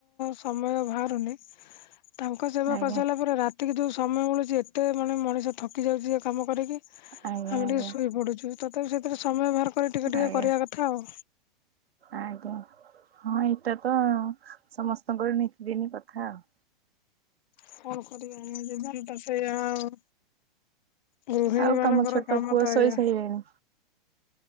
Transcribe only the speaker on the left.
ସମୟ ବାହାରୁନି। ତାଙ୍କ ସେବା
କରିସାରିଲା ପରେ ରାତିକ ଯୋଉ ସମୟ ମିଳୁଛି ଏତେ ମାନେ ମଣିଷ ଥକି ଯାଉଛି ସେ କାମ କରିକି ଆମେ
ଟିକେ ଶୋଇ ପଡୁଛୁ ତଥାପି ସେଥିରେ ସମୟ ବାହାର କରି ଟିକେ ଟିକେ
କରିବା କଥା ଆଉ।
କଣ କରିବା ଆମ ଜୀବନ ତ ସେଇଆ ଆଉ। ଗୃହିଣୀ
ମାନଙ୍କର
କାମ
ତ
ଏଇଆ।